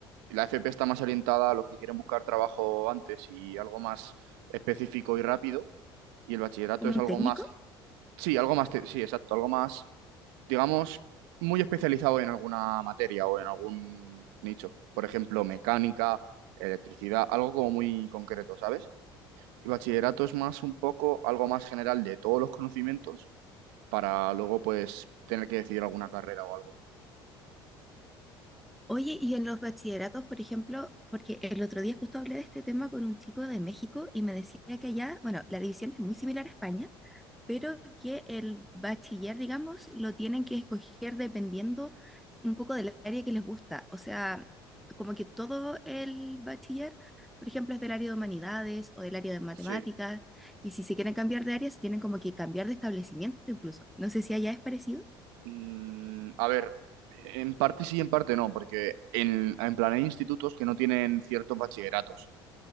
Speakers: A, on the right; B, in the centre.
A: La FP está más orientada a los que quieren buscar trabajo antes y algo más específico y rápido, y el bachillerato
B: Como
A: es algo
B: un técnico.
A: más, sí, algo más, te- sí, exacto, algo más, digamos, muy especializado en alguna materia o en algún nicho. Por ejemplo, mecánica, electricidad, algo como muy concreto, ¿sabes? Y bachillerato es más un poco algo más general de todos los conocimientos para luego pues tener que decidir alguna carrera o algo.
B: Oye, y en los bachilleratos, por ejemplo, porque el otro día justo hablé de este tema con un chico de México y me decía que allá, bueno, la división es muy similar a España. pero que el bachiller, digamos, lo tienen que escoger dependiendo un poco del área que les gusta. O sea, como que todo el bachiller, por ejemplo, es del área de humanidades o del área de matemáticas,
A: Sí.
B: y si se quieren cambiar de área, se tienen como que cambiar de establecimiento incluso. No sé si allá es parecido.
A: Mm, a ver, en parte sí, en parte no, porque en, en plan hay institutos que no tienen ciertos bachilleratos,